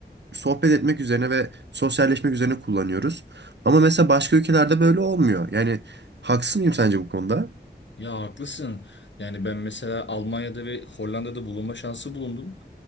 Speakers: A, on the right; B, on the left.
A: sohbet etmek üzerine ve sosyalleşmek üzerine kullanıyoruz. Ama mesela başka ülkelerde böyle olmuyor. Yani haksız mıyım sence bu konuda?
B: Ya haklısın. Yani ben mesela Almanya'da ve Hollanda'da bulunma şansı bulundum.